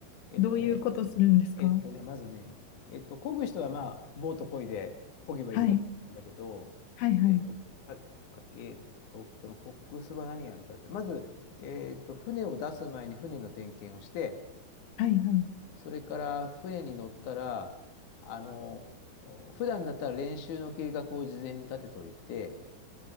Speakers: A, on the left; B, on the left.
A: えっとね、
B: どういうことするんですか
A: えっとね、まずね、えっと、漕ぐ人はまあ、ボート漕いで漕げばいいんだけど、
B: はい。はいはい。
A: えっと、か、かえっと、そのコックスは何やるかって、まず、えっと、船を出す前に船の点検をして、
B: はいはい。
A: それから船に乗ったら、あの、普段だったら練習の計画を事前に立てといて、